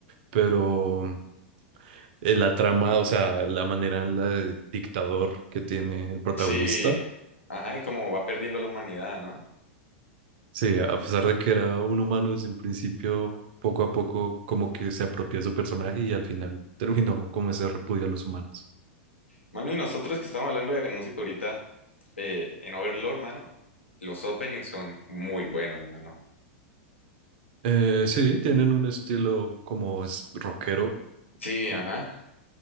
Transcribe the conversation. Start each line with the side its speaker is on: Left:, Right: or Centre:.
Right: pero mm, eh, la trama, o sea, la manera en la de dictador que tiene el protagonista,
Left: Sí, ajá, y como va perdiendo la humanidad, ¿no?
Right: sí, a pesar de que era un humano desde un principio, poco a poco como que se apropia de su personaje y al final terminó como ese repudio a los humanos.
Left: Mano, y nosotros que estamos hablando de música ahorita, eh, en Overlord, mano, los openings son muy buenos, mano.
Right: Eh, sí, tienen un estilo como es- rockero,
Left: Sí,
Right: au-
Left: ajá.